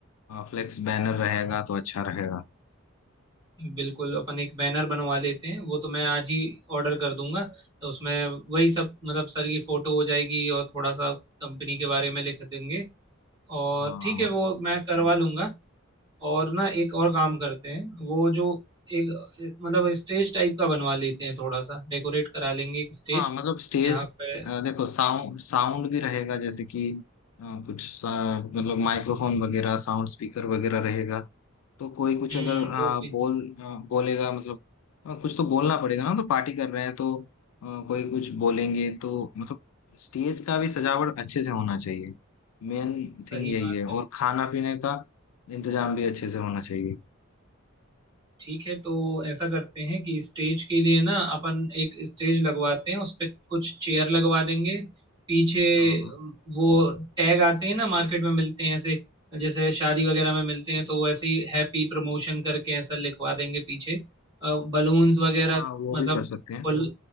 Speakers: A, on the left; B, on the right.
A: फ्लेक्स बैनर रहेगा तो अच्छा रहेगा
B: बिल्कुल अपन एक बैनर बनवा लेते हैं वो तो मैं आज ही ऑर्डर कर दूंगा तो उसमें वही सब मतलब सर की फोटो हो जाएगी और थोड़ा सा कंपनी के बारे में लिख देंगे और
A: हाँ
B: ठीक है वो मैं करवा लूंगा और ना एक और काम करते हैं वो जो एक मतलब स्टेज टाइप का बनवा लेते हैं थोड़ा सा डेकोरेट करा लेंगे एक स्टेज
A: हाँ मतलब स्टेज
B: जहाँ पे
A: अ, देखो साउंड साउंड भी रहेगा जैसे कि अ, कुछ सा- मतलब माइक्रोफोन वगैरह साउंड स्पीकर वगैरह रहेगा तो कोई कुछ
B: हम्म
A: अगर आ,
B: वो भी
A: बोल आ, बोलेगा मतलब आ, कुछ तो बोलना पड़ेगा ना तो पार्टी कर रहे हैं तो आ, कोई कुछ बोलेंगे तो मतलब स्टेज का भी सजावट अच्छे से होना चाहिए मेन
B: सही
A: थिंग यही
B: बात
A: है और
B: है
A: खाना पीने का इंतजाम भी अच्छे से होना चाहिए
B: ठीक है तो ऐसा करते हैं कि स्टेज के लिए ना अपन एक स्टेज लगवाते हैं उस पे कुछ चेयर लगवा देंगे पीछे
A: हाँ हाँ
B: अम, वो टैग आते हैं ना मार्केट में मिलते हैं ऐसे जैसे शादी वगैरह में मिलते हैं तो वैसे ही हैप्पी प्रमोशन करके ऐसा लिखवा देंगे पीछे बलून्स वगैरह
A: हाँ, वो
B: मतलब
A: भी कर सकते हैं
B: फुल